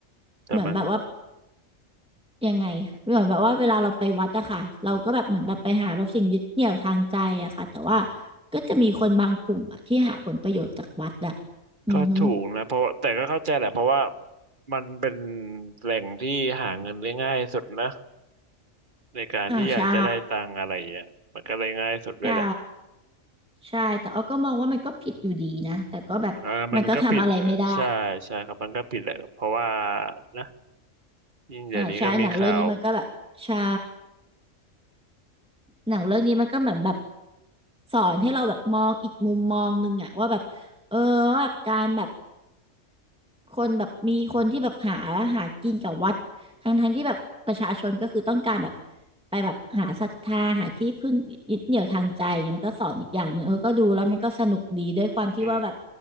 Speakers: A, on the right; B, in the centre.
A: แต่มัน
B: เหมือนแบบว่า ยังไงเหมือนแบบว่าเวลาเราไปวัดอะค่ะเราก็แบบเหมือนแบบไปหาแบบสิ่งยึดเหนี่ยวทางใจอะค่ะแต่ว่าก็จะมีคนบางกลุ่มอะที่หาผลประโยชน์จากวัดอะอือฮึ
A: ก็ถูกนะเพราะแต่ก็เข้าใจแหละเพราะว่ามันเป็นแหล่งที่หาเงินได้ง่ายสุดนะในการที่อยากจะได้ตังค์อะไรเงี้ยมันก็เลยง่ายสุดด้วยแหละ
B: อ่าใช่ใช่ใช่แต่อ้อก็มองว่ามันก็ผิดอยู่ดีนะแต่ก็แบบมันก็ทำอะไรไม่ได้
A: อ่ามันก็ผิดใช่ใช่ครับมันก็ผิดแหละเพราะว่านะยิ่งเดี๋ยวนี้ก็มีข่าว
B: อ่าใช่หนังเรื่องนี้มันก็แบบใช่หนังเรื่องนี้มันก็เหมือนแบบสอนให้เราแบบมองอีกมุมมองหนึงอะว่าแบบเออว่าแบบการแบบ คนแบบมีคนที่แบบหาหากินกับวัดทั้งทั้งที่แบบประชาชนก็คือต้องการแบบไปแบบหาศรัทธาหาที่พึ่งยึดเหนี่ยวทางใจเนี่ยมันก็สอนอีกอย่างหนึ่งเออก็ดูแล้วมันก็สนุกดีด้วยความที่ว่าแบบ
A: อื